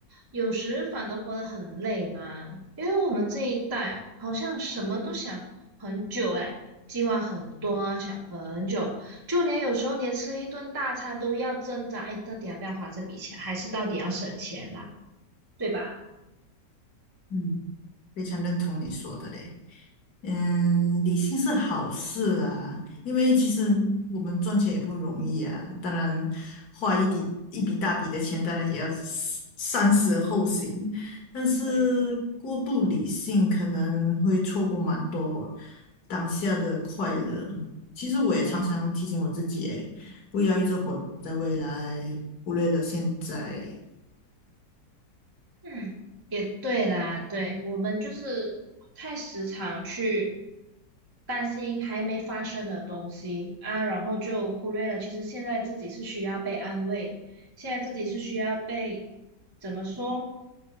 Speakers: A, on the right (about 15°); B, on the left (about 60°).
A: 有时反而活得很累吗？因为我们这一代哦好像什么都想很久诶，计划很多啊想很久，就连有时候连吃一顿大餐都要挣扎，哎，到底要不要花这笔钱，还是到底要省钱啦，对吧？
B: 嗯，非常认同你说的嘞。嗯，理性是好事啊，因为其实我们赚钱也不容易啊。当然，花一笔一笔大笔的钱，当然也要思三思而后行。但是过度理性可能会错过蛮多
A: 对，
B: 当下的快乐。其实我也常常提醒我自己，
A: 嗯。
B: 诶，不要一直活在未来，忽略了现在。
A: 嗯，也对啦，对，我们就是太时常去担心还没发生的东西啊，然后就忽略了，其实现在自己是需要被安慰，现在自己是需要被，怎么说，